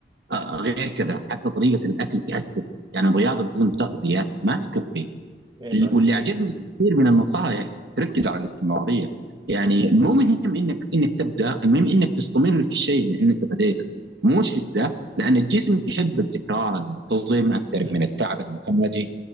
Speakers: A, on the right (about 70°); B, on the right (about 25°).
A: آه، غير كذا حتى طريقة الأكل تأثر يعني الرياضة بدون تغذية ما تكفي
B: ايه صح
A: ال- واللي عجبني كثير من النصائح تركز على الاستمراريه يعني مو مهم انك انك تبدا المهم انك تستمر في الشيء اللي انت بديته مو شده لان الجسم يحب التكرار المنتظم اكثر
B: إيه
A: من التعب المفاجئ